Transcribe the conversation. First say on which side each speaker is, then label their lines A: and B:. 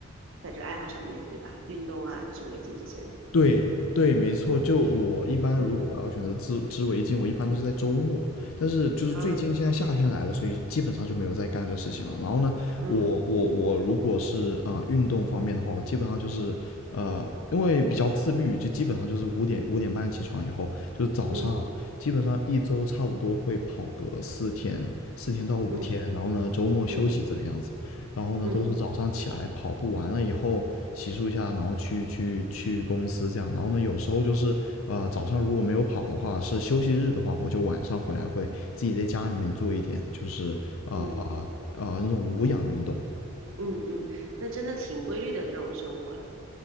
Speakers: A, on the right; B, on the left.
A: 在这个爱好上面，对吧？运动啊、织围巾这些的。
B: 对对，没错。就我一般，
A: 嗯
B: 如果我要选择织织围巾，我一般都是在周末。但是就是最近现在夏天来了，
A: 嗯
B: 所以基本上就没有在干这个事情了。然后呢，
A: 嗯
B: 我我我如果是啊、呃运动方面的话，我基本上就是呃，因为比较自律，就基本上就是五点五点半起床以后，就是早上基本上一周差不多会跑个四天四天到五天，
A: 嗯嗯
B: 然后呢周末休息这个样子。
A: 嗯
B: 然后呢，
A: 嗯
B: 都是早上起来跑步完了以后洗漱一下，然后去去去公司这样。然后呢，有时候就是呃早上如果没有跑的话，是休息日的话，我就晚上回来会自己在家里面做一点，就是啊啊啊那种无氧运动。
A: 嗯嗯嗯，那真的挺规律的这种生活了，